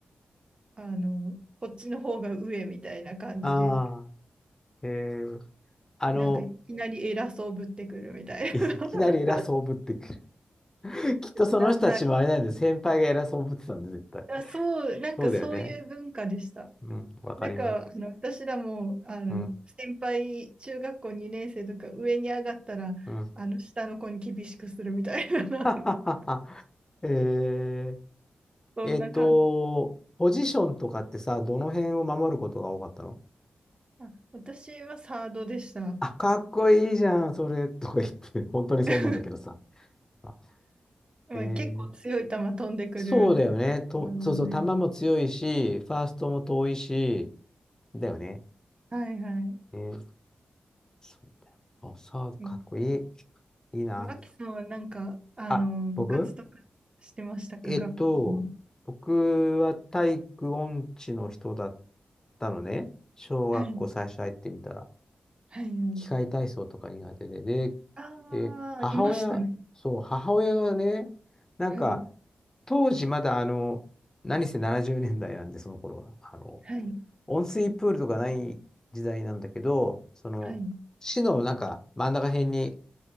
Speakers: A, on the right; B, on the left.
A: あの、こっちの方が上みたいな感じで、
B: ああ、えー、あの、
A: なんかいきなり偉そうぶってくるみたいな。
B: <laughs> いきなり偉そうぶってく
A: <laughs>
B: る。<laughs> きっとその人たちもあれなんで、
A: なんだ、
B: 先輩が偉そうぶってたんで、絶対。
A: あ、そう、なんかそういう文化でした。
B: そうだよね。うん、わかります。
A: なんか、あの、私らも、あの、
B: うん、
A: 先輩、中学校2年生とか上に上がったら、
B: うん。
A: あの、下の子に厳しくするみたいな、
B: <laughs> はははは。
A: <laughs>
B: えー、
A: そんな感じ。
B: えっと、ポジションとかってさ、どの辺を守ることが多かったの
A: あ、私はサードでした。
B: あ、かっこいいじゃん、それ、とか言って、本当にそう思うんだけどさ。
A: <laughs>
B: あ
A: まあ、
B: えー
A: 結構強い球飛んでくるところなんで。
B: そうだよね。と、そうそう、球も強いし、ファーストも遠いし、だよね。
A: はいはい。
B: ね。そうだよ。あ、サードかっこいい。
A: うん
B: いいな。
A: 脇さんはなんか、あの、
B: あ、
A: 部活とかしてましたか、
B: 僕えっと、
A: 学校の。
B: 僕は体育音痴の人だったのね。小学校最初入ってみたら。
A: はい、はい、はい。
B: 機械体操とか苦手で。で、
A: ああ、
B: で、母親、
A: ありましたね。
B: そう、母親がね、なんか、
A: はい、
B: 当時まだあの、何せ70年代なんで、その頃は。あの、
A: はい、
B: 温水プールとかない時代なんだけど、その、
A: はい、
B: 市のなんか真ん中辺に、